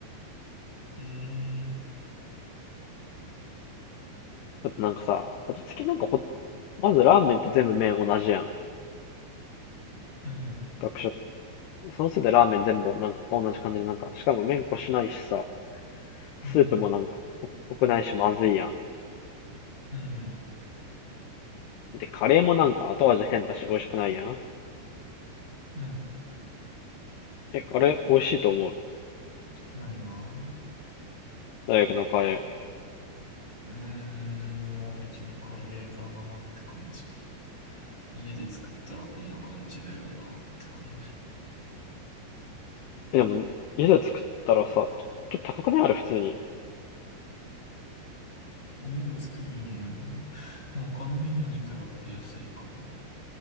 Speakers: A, on the left; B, on the left.
A: ええ、
B: だってなんかさ、味付けなんかほ、まずラーメンって全部麺同じやん。
A: うん、
B: 学食そのせいでラーメン全部なんか同じ感じでなんか、しかも麺こしないしさ、
A: うん、
B: スープもなんか濃くないしまずいやん。
A: うん、
B: で、カレーもなんか後味変だし美味しくないやん。
A: うん、
B: え、あれ美味しいと思う。
A: 何が
B: 大学のカレー。
A: うーん、まあ別にカレーだなって感じ。家で作ったらこんな感じだよなって感じ。
B: え、でも家で作ったらさ、ちょっと高くないあれ普通に。
A: 家で作るよりやん。でも他のメニューに比べて安いからな。